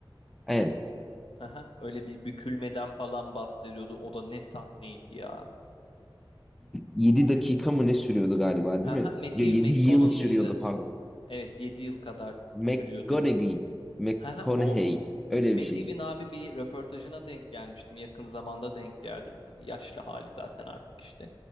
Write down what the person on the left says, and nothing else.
Haha. Öyle bir bükülmeden falan bahsediyordu. O da ne sahneydi ya.
Haha,
Matthew
McConaughey
mıydı?
Evet 7 yıl kadar
sürüyordu.
Haha, o
Matthew'in
abi bir röportajına denk gelmiştim. Yakın zamanda denk geldim. Yaşlı hali zaten artık işte.